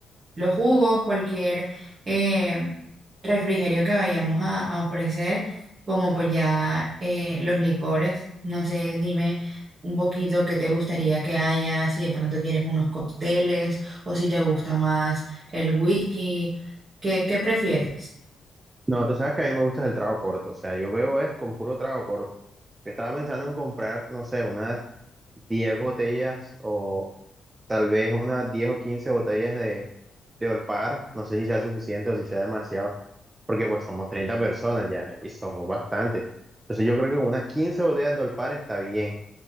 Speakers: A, on the right; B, on the right.
A: los jugos, cualquier eh, refrigerio que vayamos a, a ofrecer, como pues ya eh, los licores. No sé, dime un poquito qué te gustaría que haya, si de pronto quieres unos cócteles o si te gusta más el whisky, ¿qué, qué prefieres?
B: No, tú sabes que a mí me gusta el trago corto, o sea, yo veo es con puro trago corto. Yo estaba pensando en comprar, no sé, unas 10 botellas o tal vez unas 10 o 15 botellas de, de Olpar, no sé si sea suficiente o si sea demasiado, porque pues somos 30 personas ya y somos bastantes. Entonces yo creo que con unas 15 botellas de Olpar está bien.